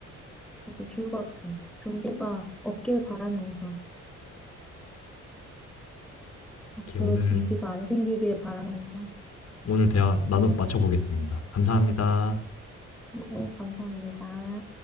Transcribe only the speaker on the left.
이렇게 오늘,
오늘 대화 나눠 맞춰보겠습니다. 감사합니다.